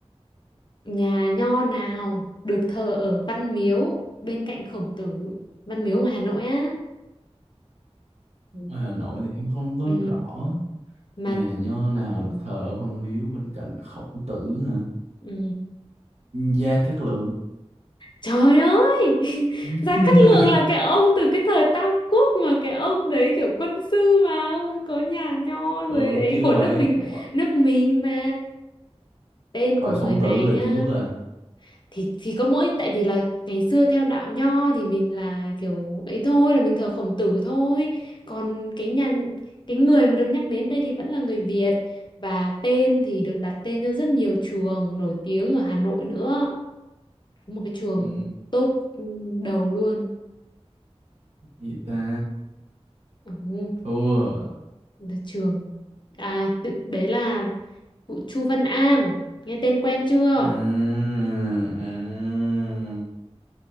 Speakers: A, on the left (about 45°); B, on the right (about 75°).
A: nhà nho nào được thờ ở Văn Miếu bên cạnh Khổng Tử Văn Miếu ngoài Hà Nội á
B: ở Hà Nội thì em không có
A: Ừ.
B: rõ
A: mà
B: nhà nho nào được thờ ở Văn Miếu bên cạnh Khổng Tử hả
A: ừ.
B: Gia Cát Lượng
A: trời ơi <laughs>
B: <laughs>
A: Gia Cát Lượng là cái ông từ cái thời Tam Quốc mà cái ông đấy kiểu quân sư mà ông ấy có nhà nho rồi
B: ừ
A: ấy
B: chứ
A: của
B: vậy
A: nước mình
B: Không
A: nước mình mà tên
B: phải
A: của người
B: Khổng
A: này
B: Tử là
A: nhá
B: Trung Quốc à
A: thì thì có mỗi tại vì là ngày xưa theo đạo nho thì mình là kiểu ấy thôi là mình thờ Khổng Tử thôi còn cái nhà cái người mà được nhắc đến đây thì vẫn là người Việt và tên thì được đặt tên cho rất nhiều trường nổi tiếng ở Hà Nội nữa một cái trường
B: ừ,
A: top đầu luôn
B: gì ta
A: ừ,
B: thua
A: là trường à tự- đấy là vụ Chu Văn An nghe tên quen chưa
B: à, à.